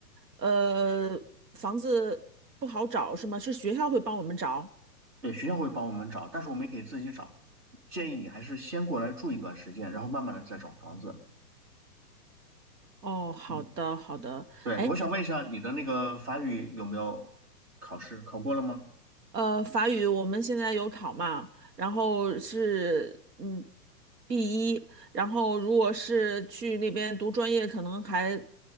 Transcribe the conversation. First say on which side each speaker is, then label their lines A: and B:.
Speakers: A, on the right; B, on the right.
A: 呃，房子不好找是吗？是学校会帮我们找？
B: 对，学校会帮我们找，但是我们也可以自己找，建议你还是先过来住一段时间，然后慢慢的再找房子。
A: 哦，好的，
B: 嗯。
A: 好的。
B: 对，
A: 哎。
B: 我想问一下，你的那个法语有没有考试？考过了吗
A: 呃，法语我们现在有考嘛，然后是嗯 B 一，然后如果是去那边读专业，可能还